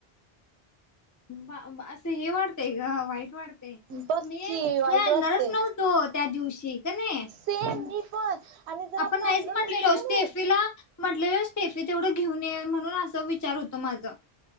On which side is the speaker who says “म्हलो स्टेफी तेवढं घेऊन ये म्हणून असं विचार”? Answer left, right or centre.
Left